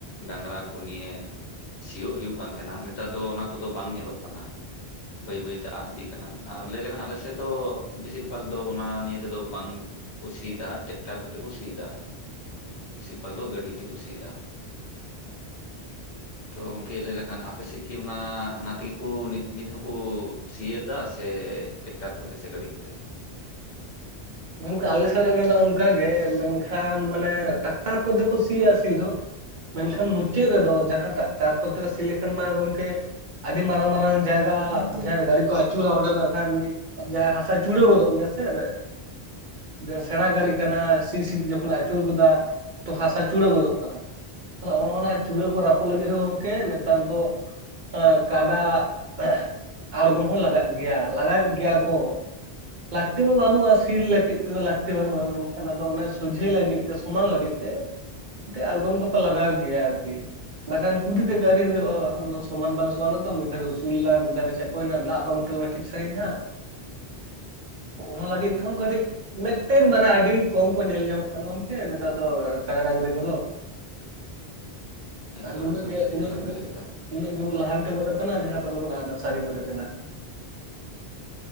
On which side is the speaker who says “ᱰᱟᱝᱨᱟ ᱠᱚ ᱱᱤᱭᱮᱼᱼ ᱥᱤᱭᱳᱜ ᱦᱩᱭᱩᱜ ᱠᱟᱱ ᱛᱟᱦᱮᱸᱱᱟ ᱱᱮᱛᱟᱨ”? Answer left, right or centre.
Left